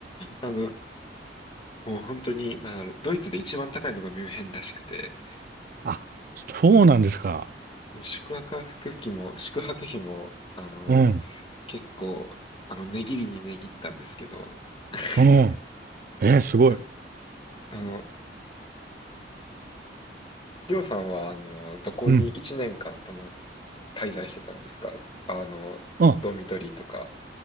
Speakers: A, on the left; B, on the right.
A: あの、もう本当に、なんだろう、ドイツで一番高いのがミュンヘンらしくて、
B: あ、そうなんですか。
A: もう宿泊費も、宿泊費も、あの、
B: うん。
A: 結構、あの、値切りに値切ったんですけど、<laughs>
B: うん。えーすごい。
A: であの、りょうさんは、あの、どこに1年間泊ま、
B: うん。
A: 滞在してたんですかあの、
B: うん。
A: ドミトリーとか。